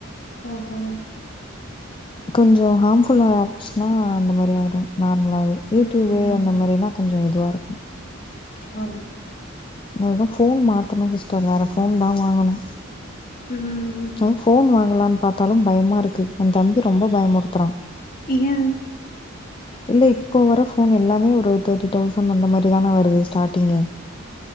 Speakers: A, on the left; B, on the left.
A: ஓஹோ
B: கொஞ்சோ ஹாம்ஃபுல்லா ஆச்சுனா அந்த மாரி ஆய்டு நார்லாவே யூடியூப்
A: ம்
B: அந்த மாரினா கொஞ்சோ இதுவா இருக்
A: ஆ
B: மெய்னா ஃபோன் மாத்தனு சிஸ்டர் வேற ஃபோன்தா வாங்கணு
A: ம்
B: அதா ஃபோன் வாங்கலான்னு பாத்தாலு பயமா இருக்கு ஏ தம்பி ரொம்ப பயமுடுத்துறா
A: ஏ
B: இல்ல இப்போ வர ஃபோன் எல்லாமே ஒரு தேர்ட்டி தௌசண்ட் அந்த மாரிதானா வருது ஸ்டார்ட்டிங்கே